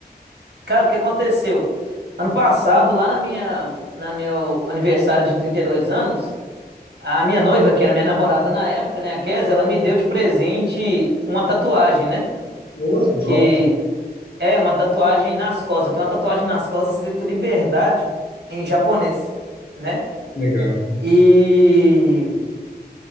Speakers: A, on the right; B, on the left.
A: Cara, o que aconteceu? Ano passado, lá na minha, na meu aniversário de 32 anos, a minha noiva, que era minha <laughs> namorada na época, né, a Kézia, ela me deu de presente uma tatuagem, né?
B: Ô,
A: Que
B: top,
A: é uma tatuagem nas costas. Tem uma tatuagem nas costas escrito liberdade em japonês, né?
B: legal.
A: E